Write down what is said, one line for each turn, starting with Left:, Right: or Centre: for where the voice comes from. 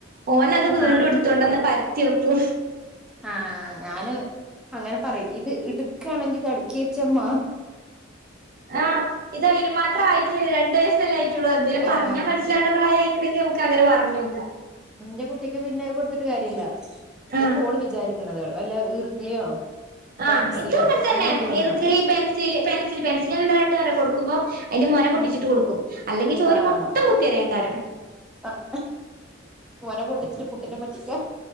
Right: ഓന അത് വീണ്ടു
Centre: ആഹ്
Right: ഇട്ത്തോണ്ടന്ന് പരത്തി വെക്കൂ
Centre: ആഹ് ഞാന് അങ്ങനെ പറയും ഇത് ഇടു ഒക്ക ആണെങ്കിൽ തട്ക്കിവച്ചമ്മ
Right: ആ ഇതായിന് മാത്രം ആയിട്ട രണ്ടു വയസ്സല്ലേ ആയിട്ടുള്ള എന്തേ
Centre: ആഹ്
Right: പറഞ്ഞാ മനസ്സിലാണ് പ്രായ നുക്ക് അങ്ങനെ പറഞ്ഞ് വെക്കാം
Centre: എന്റെ കുട്ടിക്ക് പിന്നെ കൊടുത്തിട്ട് കാര്യമല്ല കോ
Right: ആഹ്
Centre: ഓള് വിചാരിക്കണുന്നത് അല്ല ഈർക്കിളിയോ
Right: ആ
Centre: പെൻസിലോ
Right: ഇതു അങ്ങൻതന്നെ
Centre: അങ്ങനെ എന്തേലും
Right: ഈർകിളി
Centre: വേണം
Right: പെൻസില് പെൻസിൽ പെൻസിൽ എന്താകാട്ടാ അറിയോ കൊടു ക്കുമ്പോ അയ്ന്റെ മോന പൊട്ടിച്ചിട്ട്
Centre: ഉം
Right: കൊടുക്കും അല്ലെങ്കി ചോര്
Centre: ആഹ്
Right: മൊത്തം കുത്തിരയ്ക്കാരം
Centre: ആഹ് ഓനെ പൊട്ടിച്ചിട്ട് കുട്ടിനെ പറ്റിക്കാൻ